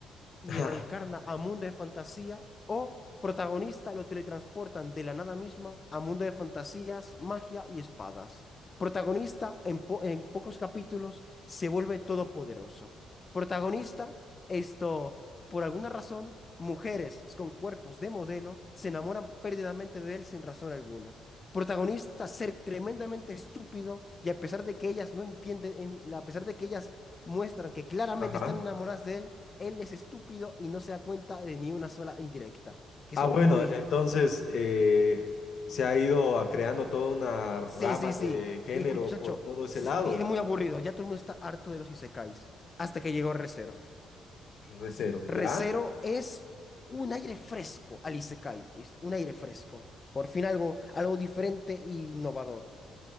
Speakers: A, on the left (about 30°); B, on the left (about 60°).
A: y
B: <laughs>
A: reencarna a mundo de fantasía o protagonista lo teletransportan de la nada misma a mundo de fantasías, magia y espadas. Protagonista en, po- en pocos capítulos se vuelve todopoderoso. Protagonista, esto, por alguna razón, mujeres con cuerpos de modelo se enamoran perdidamente de él sin razón alguna. Protagonista, ser tremendamente estúpido y a pesar de que ellas no entienden, en- a pesar de que ellas muestran que claramente
B: Ajá.
A: están enamoradas de él, él es estúpido y no se da cuenta de ni una sola indirecta, que
B: Ah,
A: son
B: bueno,
A: muy...
B: entonces eh, se ha ido a- creando toda una rama
A: Sí, sí, sí.
B: de género
A: Y muchacho,
B: por todo ese
A: sí,
B: lado.
A: sí, es muy aburrido. Ya todo el mundo está harto de los isekais. Hasta que llegó Recero.
B: Recero, ¿ya?
A: Recero es un aire fresco al isekai, ¿viste? Un aire fresco. Por fin algo, algo diferente e innovador.